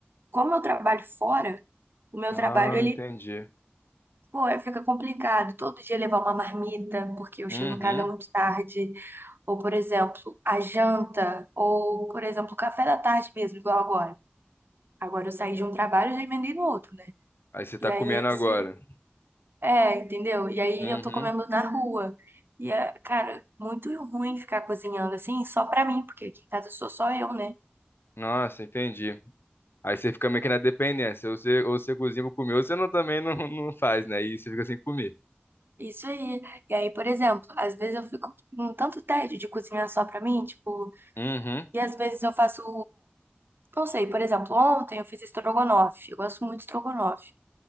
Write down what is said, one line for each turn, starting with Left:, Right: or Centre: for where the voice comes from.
Right: como eu trabalho fora, o meu
Left: Ah,
Right: trabalho ele,
Left: entendi.
Right: pô, é- fica complicado. Todo dia levar uma marmita, porque eu
Left: Uhum.
Right: chego em casa muito tarde, ou por exemplo, a janta, ou por exemplo, o café da tarde mesmo, igual agora. Agora eu saí de um trabalho e já emendei no outro, né?
Left: Aí você tá
Right: E aí
Left: comendo agora.
Right: esse. É, entendeu? E aí
Left: Uhum.
Right: eu tô comendo na rua. E é, cara, muito ruim ficar cozinhando assim, só pra mim, porque aqui em casa sou só eu, né?
Left: Nossa, entendi. Aí você fica meio que na dependência. Ou você, ou você cozinha pra comer, ou você não, também não, não faz, né? E você fica sem comer.
Right: Isso aí. E aí, por exemplo, às vezes eu fico com tanto tédio de cozinhar só pra mim, tipo,
Left: Uhum,
Right: e às vezes eu faço, não sei, por exemplo, ontem eu fiz estrogonofe. Eu gosto muito de estrogonofe.